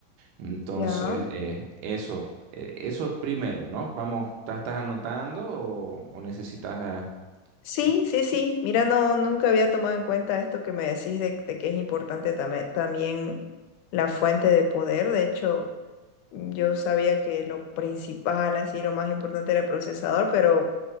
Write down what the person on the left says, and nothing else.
ya.
Sí,
sí, sí. Mira, no, nunca había tomado en cuenta esto que me decís de, de que es importante tame- también la fuente de poder. De hecho, yo sabía que lo principal, así, lo más importante era el procesador, pero,